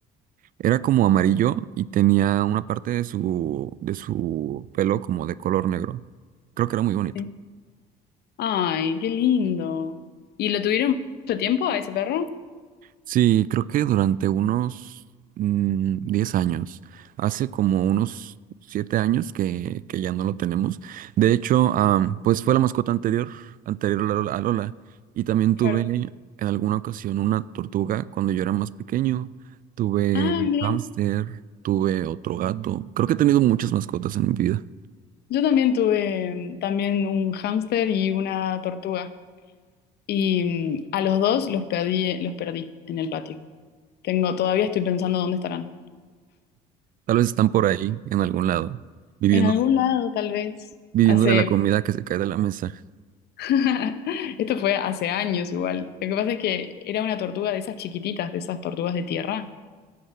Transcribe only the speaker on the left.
Sí. Ay, qué lindo. ¿Y lo tuvieron mucho tiempo a ese perro?
Claro.
Ah,
mira.
Yo también tuve mm, también un hámster y una tortuga. Y mm, a los dos los perdí, los perdí en el patio. Tengo, todavía estoy pensando dónde estarán.
En algún lado, tal vez.
Hace.
<laughs> Esto fue hace años igual. Lo que pasa es que era una tortuga de esas chiquititas, de esas tortugas de tierra.